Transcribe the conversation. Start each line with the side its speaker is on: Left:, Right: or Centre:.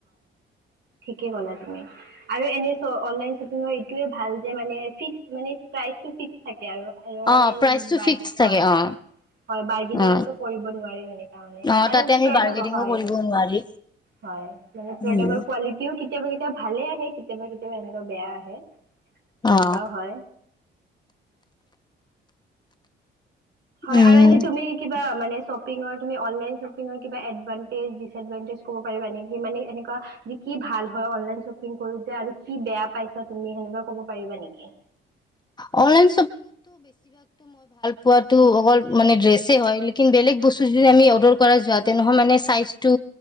Right: ঠিকেই গলা <inaudible> আৰে এনে ত অনলাইন শ্বপকিংৰ এইটোএ ভাল যে মানে থিক মানে প্ৰাইচটোচটো থিকে থাকে এতিয়া আৰু হয়
Left: অ প্ৰাইচটো ফিক্স থাকে
Right: হয়
Left: অ
Right: বৰ্কেতিংও
Left: অ
Right: তো কৰিব নোৱাৰিম এনেকা মানে
Left: অ
Right: আৰু
Left: তাতে আমি
Right: তই
Left: বাৰ্গেনিঙো
Right: এতিয়া ক হয়
Left: কৰিব নোৱাৰি
Right: মানে তেহেতৰ
Left: উম
Right: ঘৰ পোৱালিটোও কেতিয়াবা কেতিয়া ভালে আহে কেতিয়াবা কেতিয়াবা এনেকুৱা বেয়া আহে এনেকুৱাও
Left: অ
Right: হয় হয়
Left: উম
Right: আৰু এনেই তুমি কিবা মানে শ্বপিংৰ তুমি অনলাইন শ্বপিংৰ কিবা এডভানটেজ ডিচভানটেজ কব পাৰিবা নেকি মানে এনেকুৱা কি কি ভাল হয় অনলাইন শ্বপিং কৰোতে আৰু কি বেয়া পাইছা তুমি এনেকুৱা ক'ব পাৰিবা নেকি
Left: অনলাইন পোৱাটো অকল মানে ড্ৰেছে হয় লেকিন বেলেগ বস্তু যদি আমি অৰ্ডাৰ কৰা যোৱাতে নহয় মানে চাইচটো